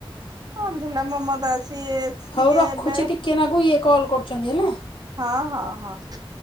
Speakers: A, on the right; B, on the left.
A: ଭଲ ଥିଲା ମମତା ସିଏ ସିଏ
B: ହୋଉ ରଖୁଛି
A: ଏବେ
B: ଟିକେ ନା କୁ ଇଏ କଲ୍ କରୁଛନ୍ତି ହେଲା।
A: ହଁ, ହଁ, ହଁ।